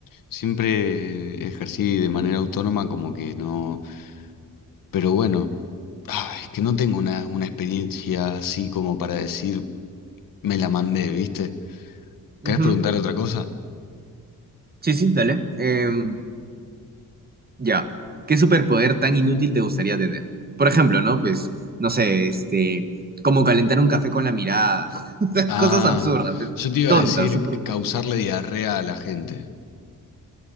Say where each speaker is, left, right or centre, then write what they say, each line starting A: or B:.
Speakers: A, on the left; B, on the right.
A: siempre ejercí de manera autónoma, como que no. Pero bueno, ah, es que no tengo una, una experiencia así como para decir me la mandé, ¿viste?
B: ujú.
A: ¿Querés preguntar otra cosa?
B: Sí, sí, dale. Em, Ya, ¿qué superpoder tan inútil te gustaría tener? Por ejemplo, ¿no? Pues, no sé, este, como calentar un café con la mirada. <laughs> O sea,
A: Ah,
B: cosas absurdas, pues,
A: yo te iba
B: tontas,
A: a decir
B: súper tontas.
A: causarle diarrea a la gente.